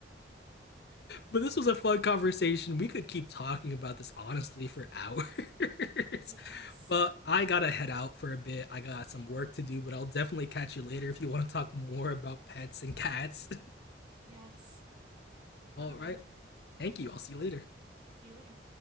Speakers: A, on the left; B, on the right.
A: but this was a fun conversation. We could keep talking about this honestly for hours. <laughs>
B: Yes.
A: but I gotta head out for a bit. I got some work to do, but I'll definitely catch you later if you want to talk more about pets and cats.
B: Yes.
A: <laughs>
B: Have fun
A: All
B: at
A: right.
B: work.
A: Thank you. I'll see you later.
B: See you later.